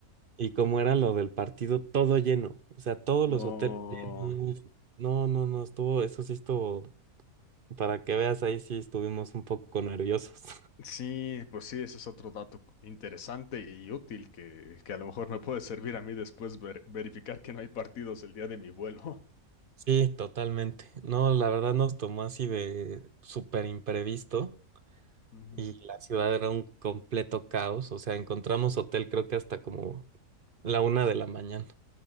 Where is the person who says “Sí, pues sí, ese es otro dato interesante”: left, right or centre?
Left